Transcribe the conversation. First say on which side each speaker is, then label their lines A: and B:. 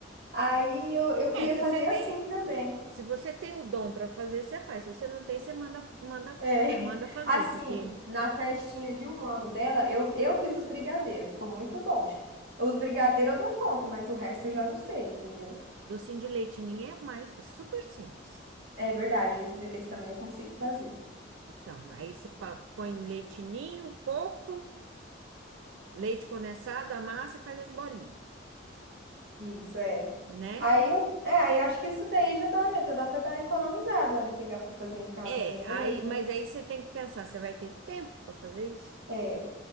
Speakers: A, on the right; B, on the right.
A: Aí eu, eu queria
B: É, se
A: fazer
B: você
A: assim
B: tem,
A: também.
B: se você tem o dom para fazer, você faz. Se você não tem, você manda manda
A: É, <laughs>
B: manda fazer,
A: assim,
B: porque
A: na festinha de um ano dela, eu, eu fiz os brigadeiros, ficou muito bom. Os brigadeiros eu dou conta, mas o resto eu já não sei, entendeu?
B: Docinho de leite ninho é mais, é super simples.
A: É verdade, esse, de- esse também eu consigo fazer.
B: Então, aí você pa- põe leite ninho, coco, leite condensado, amassa e faz as bolinhas,
A: Isso, é.
B: né?
A: Aí eu, é, aí acho que isso daí já dá, já dá pra dar uma economizada, né? Pegar pra fazer em casa
B: É,
A: mesmo.
B: aí, mas aí você tem que pensar, você vai ter tempo para fazer isso?
A: É.